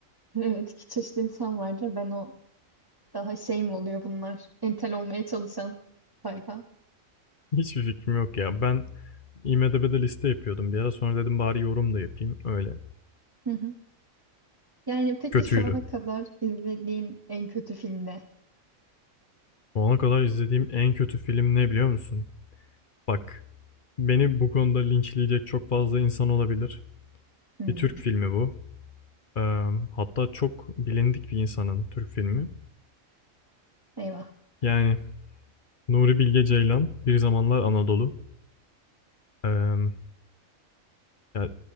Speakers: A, on the right; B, on the left.
A: Evet, iki çeşitli insan vardır. Ben o daha şey mi oluyor bunlar? Entel olmaya çalışan sayfa.
B: <laughs> Hiçbir fikrim yok ya. Ben IMDb'de liste yapıyordum bir ara. Sonra dedim bari yorum da yapayım. Öyle.
A: Hı hı. Yani peki
B: Kötüydü.
A: şu ana kadar izlediğin en kötü film ne?
B: Şu ana kadar izlediğim en kötü film ne biliyor musun? Bak, beni bu konuda linçleyecek çok fazla insan olabilir.
A: Hmm.
B: Bir Türk filmi bu. Ee, hatta çok bilindik bir insanın Türk filmi.
A: Eyvah.
B: Yani Nuri Bilge Ceylan, Bir Zamanlar Anadolu. Ee, ya